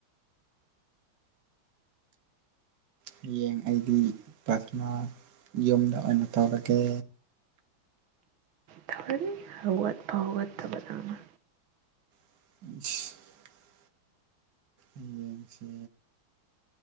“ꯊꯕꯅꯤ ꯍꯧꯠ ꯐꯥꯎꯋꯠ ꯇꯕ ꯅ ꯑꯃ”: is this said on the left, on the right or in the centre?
Right